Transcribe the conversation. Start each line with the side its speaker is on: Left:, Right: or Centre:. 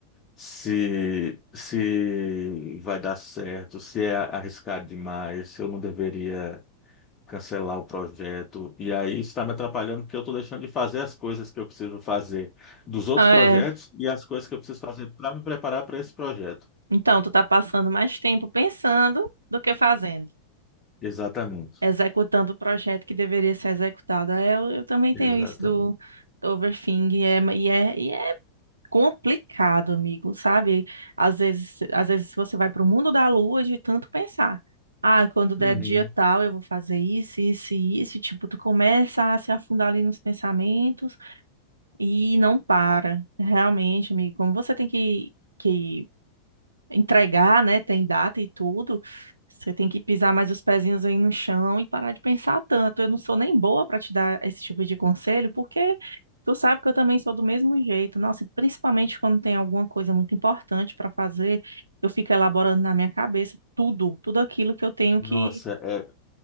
Left: se se vai dar certo, se é arriscado demais, se eu não deveria cancelar o projeto. E aí isso está me atrapalhando porque eu estou deixando de fazer as coisas que eu preciso fazer dos outros
Right: É,
Left: projetos e as coisas que eu preciso fazer para me preparar para esse projeto.
Right: então, tu tá passando mais tempo pensando do que fazendo.
Left: Exatamente.
Right: executando o projeto que deveria ser executado. É, Eu, eu também
Left: Exatamente.
Right: tenho isso do, do overthinking e é, e é, e é complicado, amigo, sabe? Às vezes, às vezes você vai para o mundo da lua de tanto pensar. Ah, quando der
Left: Uhum.
Right: dia tal, eu vou fazer isso, isso e isso. E, Tipo, tu começa a se afundar ali nos pensamentos e não para. Realmente, amigo, como você tem que, que entregar, né? Tem data e tudo. Você tem que pisar mais os pezinhos aí no chão e parar de pensar tanto. Eu não sou nem boa para te dar esse tipo de conselho, porque tu sabe que eu também sou do mesmo jeito. Nossa, e principalmente quando tem alguma coisa muito importante para fazer, eu fico elaborando na minha cabeça tudo, tudo aquilo que eu tenho
Left: Nossa,
Right: que.
Left: é,